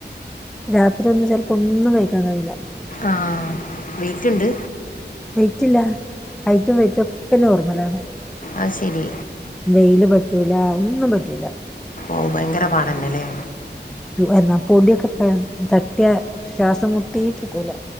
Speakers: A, in the centre; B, on the left.
A: രാത്രി ഒന്നും ചിലപ്പോ ഒന്നും കഴിക്കാൻ കഴിയൂല്ല
B: ആ വെയ്റ്റ്ണ്ട്
A: റ്റില്ല. ഹൈറ്റും വെയ്റ്റും ഒക്കെ നോർമലാണ്
B: അത് ശരി
A: വെയില് പറ്റൂല ഒന്നും പറ്റൂല
B: ഓ ഭയങ്കര പാടന്നലെ
A: എന്നാ പൊടിയൊക്കെ തട്ടിയ ശ്വാസം മുട്ടിട്ട്ക്കൂല